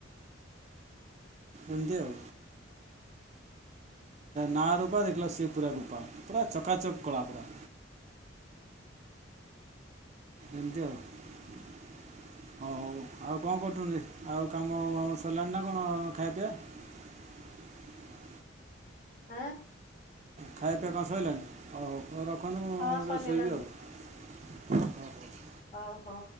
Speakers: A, on the right; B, on the left.
A: ଏମିତି ଆଉ। ନା ରୂପା ଦେଖିଲ ବେଳକୁ ସେ ପୂରା ବିପାକ ପୂରା ଚକାଚକ୍ କଳା ପୁରା। ଏମିତି ଆଉ ହଉ ହଉ ଆଉ କଣ କରୁଛନ୍ତି ଆଉ କାମ ଦାମ ସରିଲାଣି ନା କଣ ଖାଇବା ପିଇବା।
B: ଆଁ
A: ଖାଇବା ପିଇବା କଣ ସଇଲାଣିି ଆଉ ହଉ ରଖନ୍ତୁ ମୁଁ
B: ହଁ ସରିଗଲାଣି
A: ଯଉଛି ଶୋଇବି ଆଉ। <unintelligible>
B: ଓ ହୋ